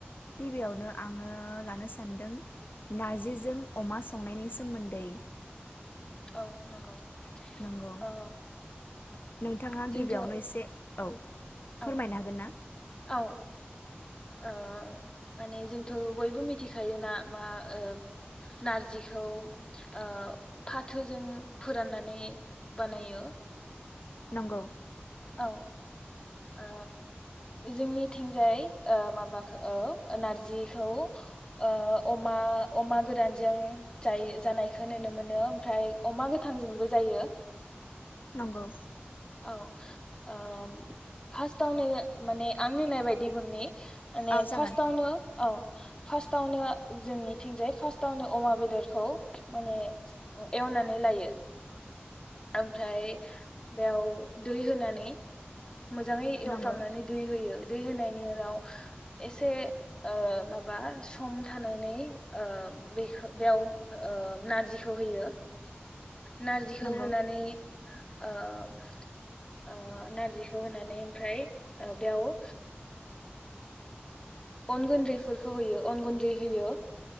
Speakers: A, on the left; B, on the left.
A: गिबियावनो आङो लानो सान्दों नार्जिजों अमा संनायनि सोमोन्दै।
B: औ नंगौ।
A: नंगौ
B: औ
A: नोंथाङा
B: जोंथ'
A: गिबियावनो एसे औ।
B: औ
A: फोरमायनो हागोन ना
B: <unintelligible> औ। ओ माने जोंथ' बयबो मिथिखायोना मा ओ नारजिखौ ओ फाथोजों फोराननानै बानायो।
A: नंगौ।
B: औ ओ जोंनिथिंजाय ओ माबाखौ ओ नारजिखौ ओ अमा अमा गोरानजों जायो जानायखौ नुनो मोनो ओमफ्राय अमा गोथांजोंबो जायो।
A: नंगौ
B: औ ओम फास्ट तावनो माने आं नोंनाय बायदि बुंनि माने
A: औ जागोन
B: फार्स्टावनो औ फार्स्टआवनो जोंनिथिंजाय फार्स्टावनो अमा बेदरखौ माने एवनानै लायो ओमफ्राय खौ दै होनानै। मोजाङै एवफ्रामनानै
A: नंगौ
B: दै होयो दै होनाय बिनि उनाव एसे ओ माबा सम थानायनै ओ बेखौ बेयाव ओ नारजिखौ होयो। नारजिखौ
A: नंगौ
B: होनानै ओ <inaudible> ओ नारजिखौ होनानै ओमफ्राय ओ बेयाव ओ अनगुन दैफोरखौ होयो अन गुन्दै होयो